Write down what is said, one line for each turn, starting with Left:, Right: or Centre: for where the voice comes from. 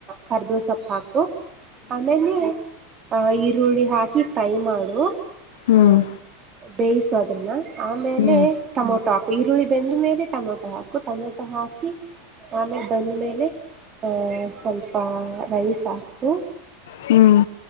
Right: ಕರ್ಬೇವ ಸೊಪ್ಪು ಹಾಕು ಆಮೇಲೆ ಅ ಈರುಳ್ಳಿ ಹಾಕಿ ಫ್ರೈ ಮಾಡು
Left: ಹ್ಮ್
Right: ಹ್ಮ ಬೇಯಿಸು ಅದನ್ನ
Left: ಹ್ಮ್
Right: ಲೆ ಟೊಮೊಟೊ ಈರುಳ್ಳಿ ಬೆಂದ್ ಮೇಲೆ ಟೊಮೊಟೊ ಹಾಕು ಟೊಮೆಟೊ ಹಾಕಿ ಆಮೇ ಬಂದ್ಮೇಲೆ ಹ ಸ್ವಲ್ಪ ರೈಸ್ ಹಾಕು
Left: ಹ್ಮ್